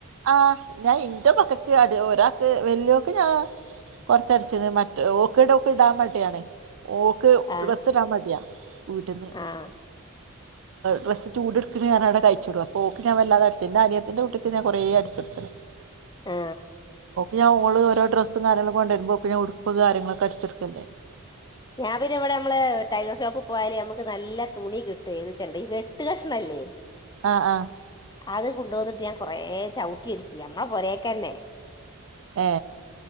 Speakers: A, on the right (about 65°); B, on the left (about 20°).
A: ആ് ഞാൻ എന്റെ പക്കക്ക് അടി ഒരാൾക്ക് വല്യോക്ക് ഞാൻ കൊറച്ചടിച്ചി മറ്റ ക്കെ ഇടക്കെ ഇടാൻ വേണ്ടിയാണ് ഓക്ക്
B: ആഹ്
A: ഡ്രസ്സ്‌ ഇടാൻ മടിയ വീട്ടന്ന്
B: ആഹ്
A: ഡ്രസ്സ് ചൂടടുക്കനാണ് അഴിച്ചോടു അപ്പോ ഓക്ക ഞാൻ വല്ലതെ അടച്ച എന്റെ അനിയത്തിന്റെ കുട്ടിക്ക്ഞാൻ കുറെേ അടിച്ചടുത്തന
B: ആ
A: ഞാ ഓള് ഓോ്രസ്സും കാര്ങ്ങളൊക്ക കൊണ്ട വരുമ്പോ ഒക്ക ഞ ഉടുപ്പ് കാര്ങ്ങളൊക്കെ അടിച്ചെടുക്കണ്ടായിരുന്നു
B: ഞാൻ പിന്ന ഇവിടെ നമ്മള് ടൈലർ ഷോപ്പ് പോയല്ഞമ്മുക്ക് നല്ല തുണി കിട്ടു എന്ന് വച്ചണ്ടേ ഈ വെട്ട കഷ്ണംല്ലേ
A: ആഹ് ആഹ്
B: അത് കൊണ്ടപോന്നട്ട് ഞൻ കൊറ ചവിട്ടി അടിച്ചു നമ്മളെ പുരേക്ക തന്നെ
A: ഏ